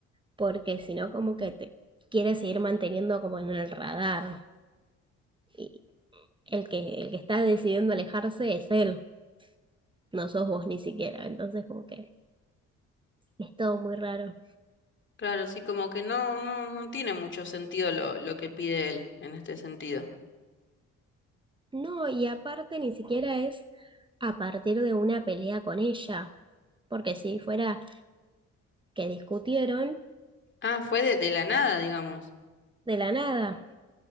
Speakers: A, on the right; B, on the left.
A: porque si no como que te quiere seguir manteniendo como en el radar. Y el que, el que está decidiendo alejarse es él, no sos vos ni siquiera, entonces como que es todo muy raro.
B: Claro, sí, como que no, no, no tiene mucho sentido lo, lo que pide él en este sentido.
A: No, y aparte ni siquiera es a partir de una pelea con ella, porque si fuera que discutieron
B: Ah, fue de, de la nada, digamos.
A: de la nada,